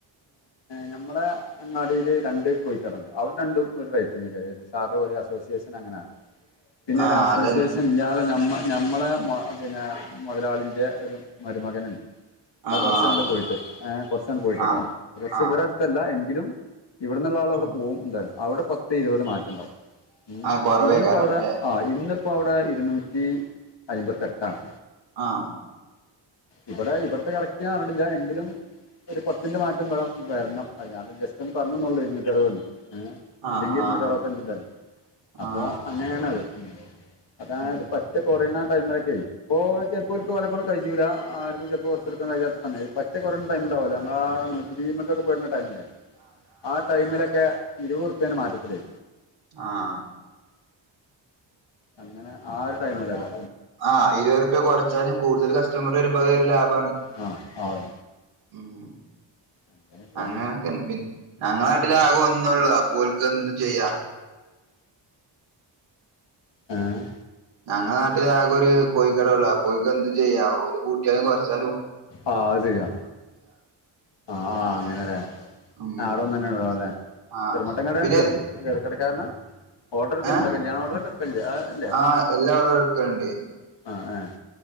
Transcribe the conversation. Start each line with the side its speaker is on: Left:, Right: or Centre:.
Left: നഞമ്മളെങ്ങാടിൽ രണ്ട് കോഴിക്കാടു ഉണ്ട് അവിടെ രണ്ടും ഒരു റെയ്റ്റ് തന്നക്കറിയത് സാധപോലെ അസോസിയേഷൻ അങ്ങനെയാണ് <unintelligible> പിന്നെ
Right: ആ
Left: ഒരു അസോസിയേഷൻ
Right: അതൻ
Left: ഇല്ലാതെ നമ്മ നമ്മളെ പിന്നെ മുതലാളിൻ്റെ ഒരു മരുമകൻ ഉണ്ട്
Right: ആ
Left: അ കുറച്ചാണ്ട്
Right: ആ
Left: പോയിട്ട് കുറച്ചാണ്ട് പോയിട്ടിട്ടോ
Right: ആ
Left: അത് കുറച്ച്
Right: ആ
Left: ഇബ ത്തല്ല എങ്കിലും ഇവിടെ നിന്നുള്ള ആൾ അവിടെ
Right: ഉം
Left: പോകും എന്തായാലും അവിടെ പത്ത് ഇരുപത് മാറ്റം ഉണ്ടാവും ഉ
Right: ആ കൊറവേക്കാരം
Left: ഇന്നിപ്പോ അവിടെ
Right: ല്ലേ
Left: ആ ഇന്നിപ്പോ അവിടെ ഇരുന്നൂറ്റി അയിമ്പത്തെട്ട്ആണ്
Right: ആം
Left: ഇവിടെ ഇവിടത്തെ കറക്റ്റ് ഞാൻ അറിഞ്ഞിട്ടില്ല എങ്കിലും ഒരു പത്തിന്റെ മാറ്റം വ വരണംത് ജസ്റ്റ് ഒന്ന് പറഞ്ഞന്നള്ളൂ ഇരുന്നൂറ്റി എഴുപത് തന്നെ
Right: ആ
Left: ഇല്ലെങ്കി ഇരുന്നൂറ്റിഅറോത്തഞ്ച്
Right: ആ
Left: തരരുന്നു അപ്പൊ
Right: ആ
Left: അങ്ങനെയണത് അതായത്
Right: ഉം
Left: പ റ്റ്കൊറോണ ടൈമിലൊക്കെ ഇപ്പോ ചിലപ്പോൾക്ക് ഓലെ കൊണ്ട് കഴൂല ആർക്കും ചിലൾ ഹോൾ സെയിൽ എടുക്കാൻ കഴിയാത്ത സമയ പറ്റേ കുറയണ ടൈമുണ്ടാവുല്ലെ നമ്മളാ നൂറ്റിരുപതിനൊക്കെ പോരുന്ന ടൈമില്ലേ ആ ടൈമിലൊക്കെ ഇരുപറുപ്പേന് മാറ്റത്തിലേ
Right: ആഹ്
Left: അങ്ങനെ ആ ഒരു ടൈമല്ലേതാ
Right: ആഹ് ഇരുപത് ർപ്യ കുറച്ചാലും കൂടുതൽ കസ്റ്റമർ വരുമ്പോ അ ഒരു ലാഭമാണ്
Left: ആ ആ അതെ.
Right: ഉം
Left: അങ്ങനെയൊക്കെ.
Right: അങ്ങനൊക്കെ ഞങ്ങളാട്ടില ആകെ ഒന്നേള്ളൂ അപ്പോൽക്ക് എന്തും ചെയ്യാ
Left: ഏഹ്
Right: ഞങ്ങള നാട്ടില ആകെ ഒരു കോഴിക്കട ഒള്ളൂ. അപ്പോൽക്ക് എന്തും ചെയ്യാം ഒരു കൂട്ടിയാലും കുറച്ചാലും
Left: ആഹ് അത് ശെരിയാ ആ ആഹ അങ്ങനെലെ
Right: ഉം
Left: ആഹ് അവിടെ ഒന്നന്നെ ഒള്ളൂ ലെ
Right: ആഹ്
Left: ചെറുമമട്ടൻ കടയാണ്
Right: പിന്നെ
Left: ചെറ ചെറക്കിടക്കാരന ഓർഡർഎടുക്കൽ
Right: ഏഹ്
Left: ഉണ്ടോ കല്യാണ ഓർഡറൊക്കെ എടുക്കല്ലേ
Right: ആഹ് എല്ലാ ഓർഡറും എടുക്കലുണ്ട്
Left: ആ ആഹ്